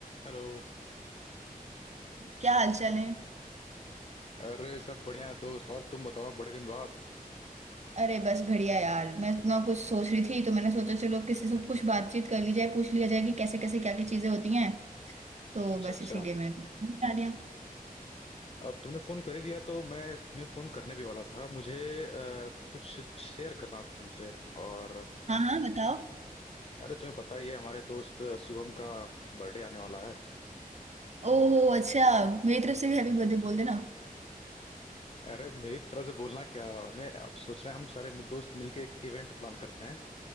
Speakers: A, on the left; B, on the right.
A: Hello
B: क्या हाल चाल है
A: अरे सब बढ़िया है दोस्त और तुम बताओ बड़े दिन बाद
B: अरे बस बढ़िया यार मैं इतना कुछ सोच रही थी तो मैंने सोचा चलो किसी से कुछ बातचीत कर ली जाए पूछ लिया जाए कि कैसे कैसे क्या क्या चीजें होती हैं तो
A: अच्छा
B: बस
A: अच्छा
B: इसीलिए मैं आ गया
A: अब तुमने फोन कर ही दिया तो मैं तुम्हें फोन करने भी वाला था मुझे अ, कुछ शेयर करना था तुमसे और
B: हाँ हाँ बताओ
A: अरे तुम्हें पता ही है हमारे दोस्त शुभम का बर्थडे आने वाला है
B: ओहो अच्छा मेरी तरफ से भी हैप्पी बर्थडे बोल देना
A: अरे मेरी तरफ से बोलना क्या हमें अब सोच रहे हैं हम सारे मिल, दोस्त मिलके एक इवेंट प्लान करते हैं